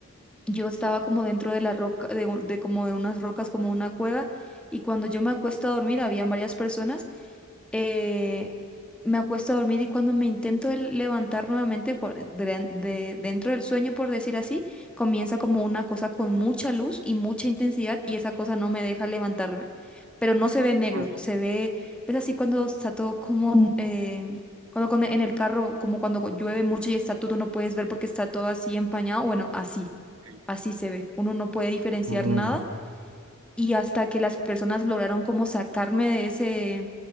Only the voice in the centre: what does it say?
yo estaba como dentro de la roca, de, un- de como de unas rocas, como una cueva. Y cuando yo me acuesto a dormir, habían varias personas eh, me acuesto a dormir y cuando me intento el- levantar nuevamente cua- de, de- dentro del sueño, por decir así, comienza como una cosa con mucha luz y mucha intensidad y esa cosa no me deja levantarme. Pero no se ve negro,
se ve, ves así cuando está todo como, em, cuando, cuando en el carro, como cuando llueve mucho y está todo, no puedes ver porque está todo así empañado, bueno, así,
así se ve. Uno no puede diferenciar
nada y hasta que las personas lograron como sacarme de ese,